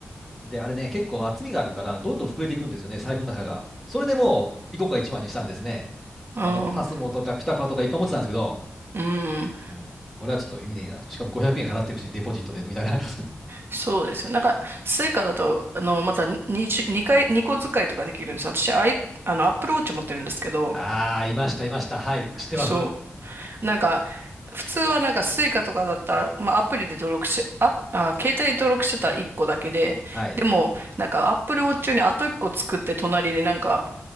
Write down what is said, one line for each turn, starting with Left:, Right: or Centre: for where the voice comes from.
Centre: で、あれね、結構厚みがあるから、どんどん膨れていくんですよね、財布の中が。それでもう、い個か1万にしたんですね。
Right: <laughs> うん。
Centre: あの、パスモとかピタパとかいっぱい持ってたんですけど、
Right: うん。
Centre: うん。俺はちょっと意味ねえなと。しかも500円払ってるし、デポジットで、みたいな。<laughs>
Right: そうですよ。なんか、スイカだと、あの、また2、にに回、2個使いとかできるんですよ。私、アイ、あの、アップルウォッチ持ってるんですけど、
Centre: ああ、いました、いました。はい、知ってます。
Right: そう。なんか、普通はなんかスイカとかだったら、まあアプリで登録し、アプあ、携帯で登録してたら1個だけで、
Centre: はい。
Right: でも、なんか Apple Watch にあと1個作って隣になんか、